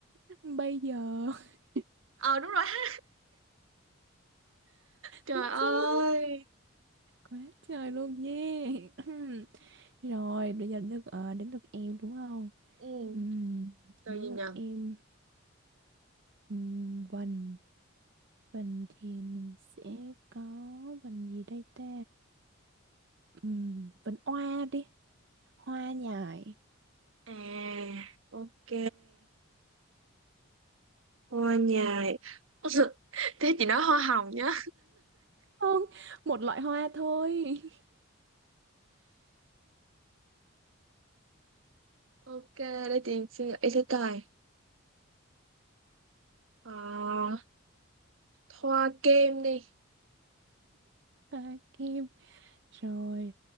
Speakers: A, on the right; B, on the right.
A: <laughs> Bây giờ. <laughs>
B: ờ đúng rồi ha trời
A: Chứ.
B: ơi
A: Quá trời luôn yeah. <clears throat> <coughs> Rồi, bây giờ đến lượt ờ, đến lượt em đúng không?
B: ừ
A: Ừm,
B: rồi
A: đến
B: gì
A: lượt
B: nhờ
A: em Ừm, vần vần thì mình sẽ có vần gì đây ta? Ừm, vần hoa đi, hoa nhài.
B: à Ok. hoa nhài <laughs> thế chị nói hoa hồng nhá
A: Không, một loại hoa thôi. <laughs>
B: ok để chị suy nghĩ sẽ coi Ờ, hoa kem đi
A: Hoa kim. Rồi.